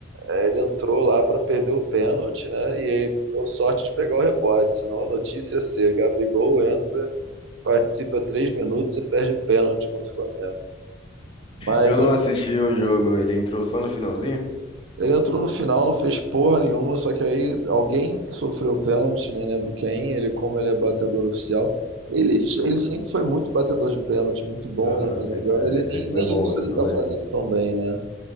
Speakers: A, on the right; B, on the left.
A: é, ele entrou lá pra perder o pênalti, né? E aí deu sorte de pegar o rebote, senão a notícia é ser, Gabigol entra, participa três minutos e perde pênalti contra o Flamengo. Mas
B: Eu não
A: aí,
B: assisti o jogo, ele entrou só no finalzinho?
A: ele entrou no final, não fez porra nenhuma, só que aí alguém que sofreu pênalti, nem lembro quem, ele, como ele é batedor oficial, ele, ele sempre foi muito batedor de pênalti, muito bom,
B: Aham,
A: né? Mas
B: sempre,
A: agora ele
B: é, sempre
A: nem, nem
B: foi bom,
A: isso ele
B: eu
A: tá
B: lembro.
A: fazendo tão bem, né?